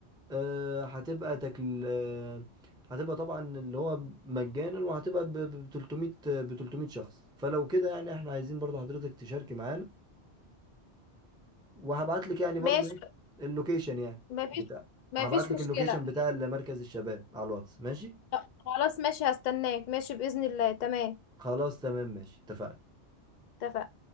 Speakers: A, in the centre; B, on the left.
A: آه، هتبقى تكل آه، هتبقى طبعا اللي هو مجانا وهتبقى ب 300 ب 300 شخص فلو كده يعني احنا عايزين برضو حضرتك تشاركي معانا وهبعت لك يعني برضو
B: ماشي
A: ايه اللوكيشن يعني
B: مفيش
A: بتاع
B: مفيش
A: هبعت لك
B: مشكلة
A: اللوكيشن بتاع مركز الشباب على الواتس ماشي
B: طب خلاص ماشي هستناك ماشي بإذن الله تمام
A: خلاص تمام ماشي اتفقنا
B: اتفقنا